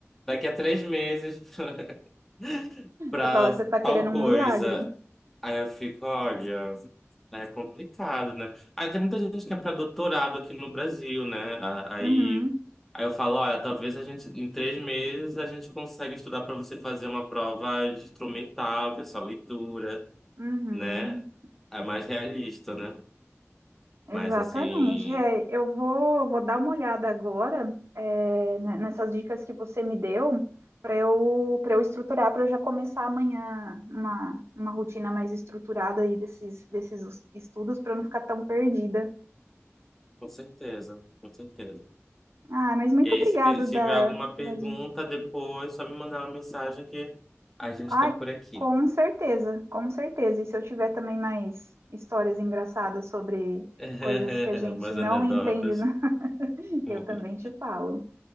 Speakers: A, in the centre; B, on the right (about 65°).
A: daqui a três meses. <laughs> pra
B: Você fala, você está querendo
A: tal
B: um
A: coisa.
B: milagre.
A: Aí eu fico, olha, é complicado, né? Aí tem muita gente que é pra doutorado aqui no Brasil, né? A- Aí,
B: Uhum,
A: aí eu falo, olha, talvez a gente, em três meses, a gente consegue estudar pra você fazer uma prova de instrumental, que é só leitura,
B: uhum,
A: né? É mais realista, né?
B: é,
A: Mas
B: exatamente.
A: assim,
B: É, eu vou, vou dar uma olhada agora, é, ne- nessas dicas que você me deu para eu, para eu estruturar, para eu já começar amanhã uma, uma rotina mais estruturada aí desses, desses es- estudos para não ficar tão perdida.
A: com certeza, com certeza.
B: Ah, mas muito
A: E aí,
B: obrigado
A: se que- se
B: da,
A: tiver alguma pergunta
B: da di-
A: depois, só me mandar uma mensagem que a gente
B: Ai,
A: tá por aqui.
B: com certeza, com certeza. E se eu tiver também mais histórias engraçadas sobre
A: <laughs>
B: coisas que a gente
A: Umas
B: não
A: anedotas.
B: entende, né? <laughs>
A: <laughs>
B: Eu também te falo.